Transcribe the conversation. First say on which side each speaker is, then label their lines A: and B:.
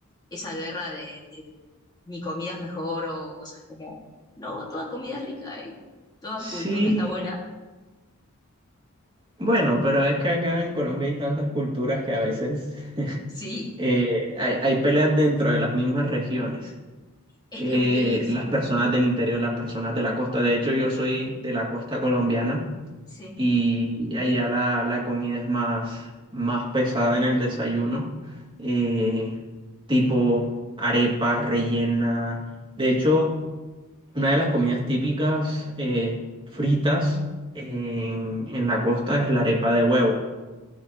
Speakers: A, on the left (about 20°); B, on the right (about 20°).
A: esa guerra de, de mi comida es mejor o cosas como, no, toda comida es rica y toda
B: Sí,
A: cultura está buena.
B: bueno, pero es que acá en Colombia hay tantas culturas que a veces <laughs>
A: Sí,
B: eh, hay, hay peleas dentro de las mismas regiones.
A: es
B: Eh,
A: que ustedes,
B: las personas del interior, las personas de la costa. De hecho, yo soy de la costa colombiana
A: sí.
B: y allá la, la comida es más, más pesada en el desayuno, eh, tipo arepas, rellena. De hecho, Una de las comidas típicas eh, fritas en, en la costa es la arepa de huevo.